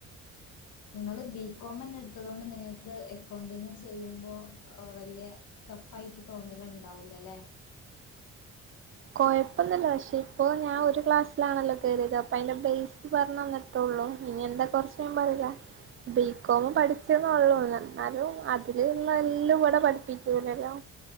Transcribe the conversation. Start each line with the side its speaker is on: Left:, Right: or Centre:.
Left: നിങ്ങള്ൾ ബികോം തന്നെ എടുത്തത് കൊണ്ട് നിങ്ങൾക്ക് അക്കൗണ്ടിങ് ചെയ്യുമ്പോ വലിയ ടഫ് ആായിട്ട് തോന്നല ഉണ്ടാവൂലല്ലേ
Right: കോഴപ്പന്നല്ല പക്ഷേ അപ്പോ ഞാ ഒരു ക്ലാസ് ലാണല്ലോ കയറിയത് അപ്പ അതിന്റെ ബേസ് പറഞ്ഞ തന്നിട്ടുള്ളൂ ഇനി എന്തൊ കുറച്ചൻ പറയില്ല ബികോം
Left: ഇല്ല
Right: പഠിച്ചന്ന ഉള്ളൂന്ന എന്നാലും അതില്ള്ള എല്ലാം കൂടെ പഠിപ്പിക്കൂലല്ലോ